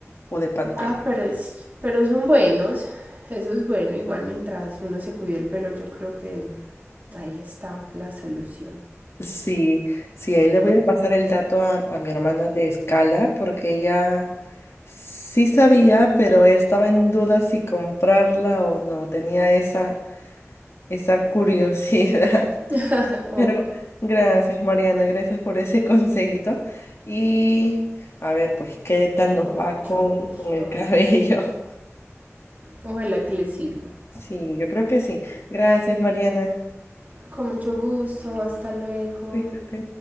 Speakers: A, on the left; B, on the right.
A: o de Pantene.
B: Ah, pero es, pero son buenos. Eso es bueno. Igual mientras uno se cuide el pelo, yo creo que ahí está la solución.
A: Sí, sí, ahí le voy a pasar el dato a, a mi hermana de escala porque ella sí sabía, pero estaba en duda si comprarla o no, tenía esa, esa curiosidad.
B: <laughs> O-
A: Pero gracias, Mariana, gracias por ese <laughs> consejito. Y a ver, pues, ¿qué tal
B: con
A: nos va
B: mucho
A: con,
B: gusto.
A: con el cabello? <laughs>
B: Ojalá que les sirva.
A: Sí, yo creo que sí. Gracias, Mariana.
B: Con mucho gusto. Hasta luego.
A: Cuídate.